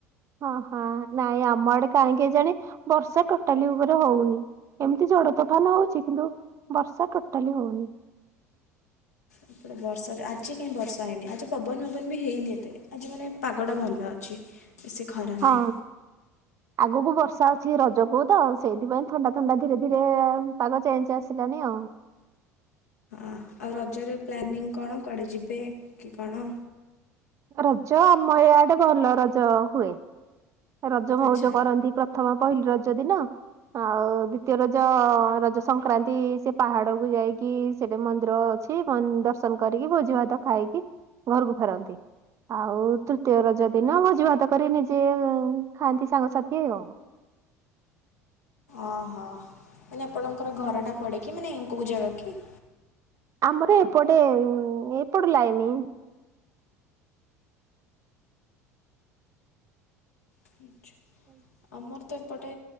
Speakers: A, on the right; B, on the left.
A: ହଁ ହଁ ନାଇଁ ଆମ ଆଡେ କାହିଁ ଏ କୃଜାଣି ବର୍ଷା ଟୋଟାଲି ଉପରେ ହଉନି। ଏମିତି ଜଡ ତୋଫାନ ହଉଛି କିନ୍ତୁ ବର୍ଷା ଟୋଟାଲି ହଉନି।
B: ଏପଟା ବର୍ଷା ଆଜି କାହିଁ ବର୍ଷା ହେଇନି ଆଜି ପବନ ଫବନ ବି ହେଇନି ଏତେ ଆଜି ମାନେ ପାଗଟା ଭଲ ଅଛି। ବେଶୀ ଖରା ନାହିଁ।
A: ହଁ। ଆଗକୁ ବର୍ଷା ଅଛି ରଜକୁ ତ ସେଇଥିପାଇଁ ଥଣ୍ଡା ଥଣ୍ଡା ଧୀରେ ଧୀରେ। ପାଗ ଚେଞ୍ଜ ଆସିଲାନି ଆଉ।
B: ହଁ ଆଉ ରଜରେ ପ୍ଲାନିଂ କଣ କୁଆଡ଼େ ଯିବେ କି କଣ।
A: ରଜ ଆମ ଇଆଡେ ଭଲ ରଜ ହୁଏ। ରଜ ମଉଜ
B: ଆଚ୍ଛା।
A: କରନ୍ତି ପ୍ରଥମ ପହିଲି ରଜ ଦିନ ଆଉ ଦ୍ଵିତୀୟ ରଜ ରଜ ସ ସଂକ୍ରାନ୍ତି ସେ ପାହାଡକୁ ଯାଇକି ସେଠି ମନ୍ଦିର ଅଛି ଦର୍ଶନ କରିକି ଭୋଜି ଭାତ ଖାଇକି। ଘରକୁ ଫେରନ୍ତି ଆଉ ତୃତୀୟ ରଜ ଦିନ ଭୋଜି ଭାତ କରି ନିଜେ। ଖାଆନ୍ତି ସାଙ୍ଗସାଥି ଆଉ।
B: ଓହୋ ମାନେ ଆପଣଙ୍କର ଘରଟା କୁଆଡ଼େ କି ମାନେ କେଉ ଜାଗା କି।
A: ଆମର ଏପଟେ ଏପଟ ଲାଇନି।
B: ଆଛା।
A: <inaudible>
B: ଆମର ତ ଏପଟେ